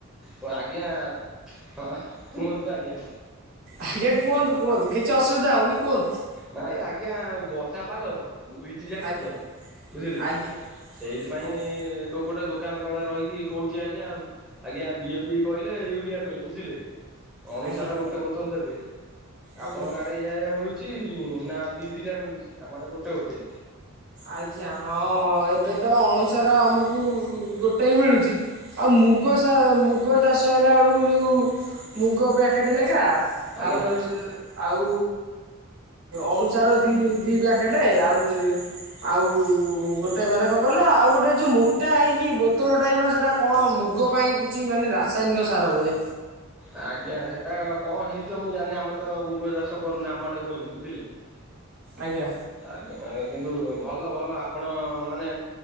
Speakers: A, in the centre; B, on the right.
A: ଓ ଆଜ୍ଞା ହଁ କୁହନ୍ତୁ ଆଜ୍ଞା?
B: ଆଜ୍ଞା କୁହନ୍ତୁ କୁହନ୍ତୁ କିଛିସୁବିଧା <unintelligible> କୁହନ୍ତୁ।
A: ନାଇଁ ଆଜ୍ଞା ବର୍ଷା ପାଗ ତ ଭିଜି ଯାଇଛି
B: ଆଜ୍ଞା
A: ତ ବୁଝିଲେ
B: ଆଜ୍ଞା
A: ସେଇଥିପାଇଁ
B: ଆଜ୍ଞା
A: ଗୋଟେ ଦୋକ ଦୋକାନ ତଳେ ରହିକି କହୁଛି ଆଜ୍ଞା ଆଜ୍ଞା ଡିଏ ପି କହିଲେ ୟୁରିଆ କହିଲେ ବୁଝିଲେ। ଅଣୁସାର
B: ଆଜ୍ଞା
A: ଗୋଟେ ବୋତଲ ଦେବେ
B: ଆଜ୍ଞା
A: ଆପଣଙ୍କ ଆଡ଼େ ଇଆ ଇଆ ମିଳୁଛି। ନା ଦି ଦିଟା ମିଳୁଛି ଆମଟେ ଗୋଟେ ଗୋଟେ।
B: ଆଜ୍ଞା ହଁ ଏବେ ତ ଅଣୁସାର ଆମକୁ ଗୋଟେ ମିଳୁଛି। ଆଉ ମୁଗ ମୁଗ ଚାଷ ହେଲା ବେଳକୁ ଯେଉଁ ମୁଗ ପ୍ୟାକେଟ୍ ଲେଗା
A: ଆଜ୍ଞା
B: ଆଉ <unintelligible> ଆଉ ଅଣୁସାର ଦି ଦି ପ୍ୟାକେଟ ଆଉ ଆଉ ଗୋଟେ ମାନେ କଣ କହିଲ ଆଉ ଗୋଟେ ଯୋଉ ମୋଟା ହେଇକି ବୋତଳ ଟାଇପ ର ସେଟା କଣ ମୁଗ ପାଇଁ କିଛି ମାନେ ରାସାୟନିକ ସାର ବୋଧେ।
A: ଆଜ୍ଞା ସେଟା କଣ ହେଇଥିବ ମୁଁ ଜାିନି ଆମ ତ ମୁଗ ଚାଷ କରୁନି ଆମ ଆଡେ ହୁଏନି ବୁଝିଲେ। <unintelligible>
B: ଆଜ୍ଞା।
A: ଆଜ୍ଞାଞା କିନ୍ତୁ ଭଲ ଭଲ ଆପଣ ମାନେ